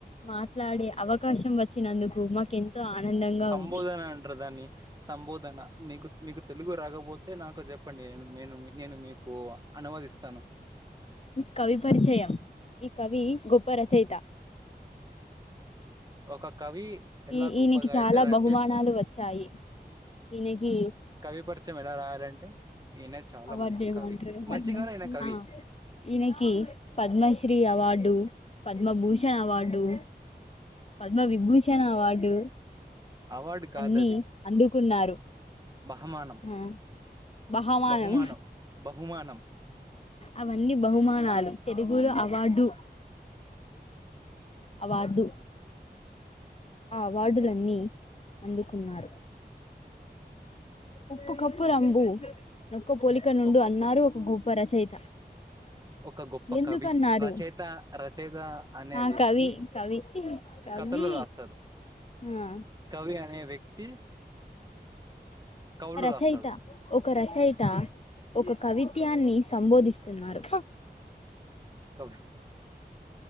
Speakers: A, on the left; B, on the right.
A: మాట్లాడే అవకాశం వచ్చినందుకు మాకె తో ఆనందంగా
B: సంబోదనంటదాన్ని
A: ఉంది
B: సంబోధన మీకు మీకు తెలుగు రాకపోతే నాకు చెప్పండి న నేను నేను మీకు అనువాదిస్తాను
A: కవి పరిచయం ఈ కవి గొప్ప రచయిత
B: ఒక కవి ఎలా
A: ఈ
B: గొప్పగా
A: ఈనకి చాలా
B: అయితాడు అంటే
A: బహుమానాలు వచ్చాయి ఈనకి
B: కవి పరిచయం ఎలా రాయాలంటే ఈయన చాలా
A: అవార్డ్నేమో
B: మంచి కవి.
A: అంటారు కదా
B: మంచిగానే ఈయన కవి.
A: ఆ ఈయనకి Padma Shri award Padma Bhushan award Padma Vibhushan award
B: award కాదది.
A: అన్ని అందుకున్నారు
B: బహమానం.
A: ఆ బహామానం
B: బహుమానం. బహుమానం. బహుమానం.
A: అవన్నీ బహుమానాలు తెలుగులో
B: ఆ!
A: అవార్డు అవదు ఆ అవార్డులన్నీ అందుకున్నారు. ఉప్పు కప్పు రంబు నొక్క పోలిక నుండు
B: నొక్క
A: అన్నారు
B: పలుకు.
A: ఒక గొప్పు. గొప్ప రచయిత
B: ఒక గొప్ప
A: ఎందుకన్నారు
B: కవి రచయిత రచయిత అనే
A: ఆ
B: వ్యక్తి.
A: కవి కవి కవి
B: కథలు రాస్తారు.
A: ఆ
B: కవి అనే వ్యక్తి. కవులు
A: రచయిత.
B: రాస్తాడు.
A: ఒక రచయిత ఒక కవిత్యాన్ని సంబోధిస్తున్నారు.
B: కవి